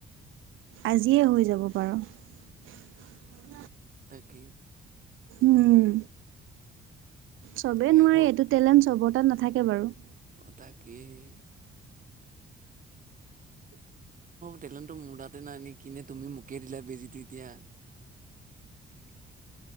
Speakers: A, on the right (about 85°); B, on the right (about 40°).
A: আজিয়ে হৈ যাব পাৰ। <unintelligible>
B: তাকে।
A: উম চবে
B: তাকে
A: নোৱাৰে
B: আকৌ
A: এইটো টেলেণ্ট চবৰ তাত নাথাকে বাৰু <unintelligible>
B: অহ' তাকে হে। টেলেনটো মোৰ তাতে নাই নেকি। নে তুমি মোকে দিলা বেজীটো এতিয়া। <unintelligible>